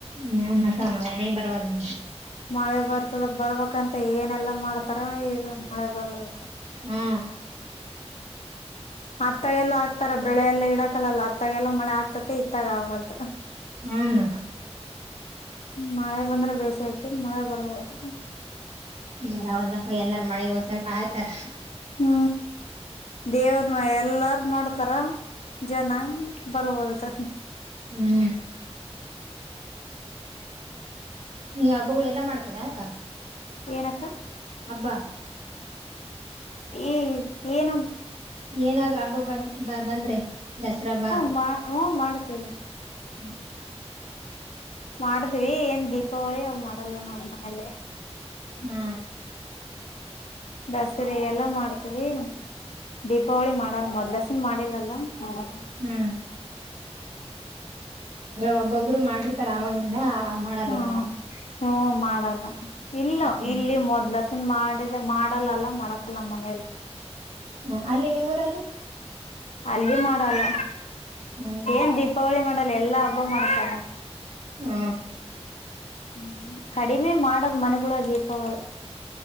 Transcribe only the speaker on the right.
ಏನ್ ಅಕ್ಕಾ ಮಳೆನೇ ಬರವಲ್ <unintelligible>
ಹಾ
ಹ್ಮ
<unintelligible> ಎಲ್ಲಾರ ಮಳೆಗೋಸ್ಕ್ರ ಕಾಯ್ತಾರ.
ಹ್ಮ ನೀವ್ ಹಬ್ಬಗಳು ಎಲ್ಲಾ ಮಾಡ್ತೀರಾ ಅಕ್ಕಾ?
ಹಬ್ಬ
ಏನಾದ್ರೂ ಹಬ್ಬ ಬಂದ್ ಬ ಬಂದ್ರೆ ದಸರಾ ಹಬ್ಬ.
ಹ್ಮ
ಹ್ಮ
ಹ್ಮ ಆದ್ರೆ ಒಬ್ಬೊಬ್ರು ಮಾಡಿರ್ತಾರ ಆವಾಗಿಂದ ಮಾಡಲ್ಲ
ಇವಾಗ.
ಹ್ಮ್
ಹ್ಮ ಅಲ್ಲಿ ನಿಮ್ಮ ಊರಲ್ಲಿ?
ಹ್ಮ್
ಹ್ಮ